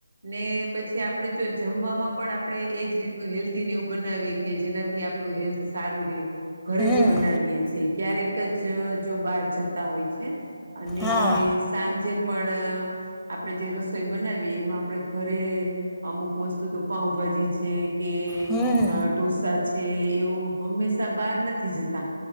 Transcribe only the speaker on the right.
ને પછી આપડે જો જમવામાં પણ આપણે એજ રીતનું હેલ્ધી ને એવું બનાવીએ કે જેનાથી આપણું હેલ્થ સારું રે ઘરે જ
બનાવીએ છીએ ક્યારેક જ જો બહાર જતા હોય છે, અને
સાંજે પણ આપણેે જે રસોઈ બનાવીએ એમાં આપણે ઘરે અમુક વસ્તુ તો પાઉ ભા જી છે, કે
ઢોસા છે, એવું હંમેશા બહાર નથી જતા